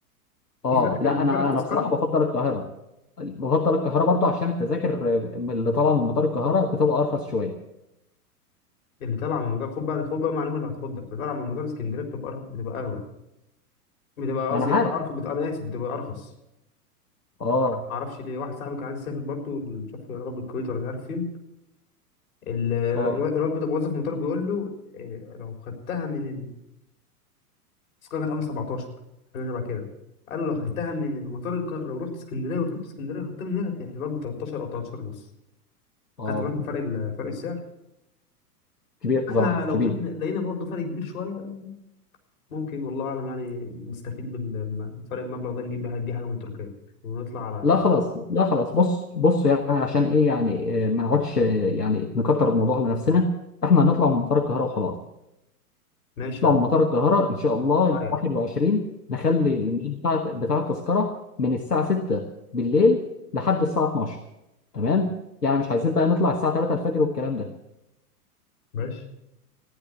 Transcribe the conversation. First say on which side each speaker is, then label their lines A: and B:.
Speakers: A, on the left; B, on the left.
A: اه
B: في فرق في
A: لا
B: في
A: انا
B: فرق التذكرة
A: انا بصراحه بفضل القاهره بفضل القاهره برضو عشان التذاكر اللي طالعه من مطار القاهره بتبقى ارخص شويه
B: اللي طالعة من مطار خد بقى خد بقى معلومة اللي هتخضك اللي طالعة من مطار اسكندرية بتبقى أر- بتبقى أغلى بتبقى
A: ما
B: قصدي
A: انا عارف
B: أرخص بتبقى أنا آسف بتبقى أرخص
A: اه
B: معرف- معرفش ليه واحد صاحبي كان عايز يسافر برضه مش عارف يا رب الكويت ولا مش عارف فين ال- الر-
A: اه
B: الواد بتاع- موظف المطار بيقول له إيه، لو خدتها من التذكرة كانت عاملة 17 حاجة شبه كده قالوا لو خدتها من المطار الق... لو رحت اسكندرية وركبت اسكندرية خدتها من هنا هتحسب لك ب 13 أو 13 ونص
A: اه
B: خدت بالك من فرق ال... فرق السعر
A: كبير بصراحه
B: احنا لو
A: كبير
B: شفنا لقينا برضه فرق كبير شوية ممكن والله أعلم يعني نستفيد بال- من فرق المبلغ ده نجيب بيه حاجة- بيه حاجة من تركيا ونطلع على
A: لا خلاص لا خلاص بص بص يعني عشان ايه يعني آه، ما نقعدش آه، يعني نكتر الموضوع على نفسنا احنا هنطلع من مطار القاهره وخلاص
B: ماشي
A: نطلع
B: يا عم
A: من مطار القاهره ان شاء الله
B: أريح
A: يوم 21 نخلي الميعاد بتاع بتاع التذكره من الساعه 6 بالليل لحد الساعه 12 تمام يعني مش عايزين بقى نطلع الساعه 3 الفجر والكلام ده
B: ماشي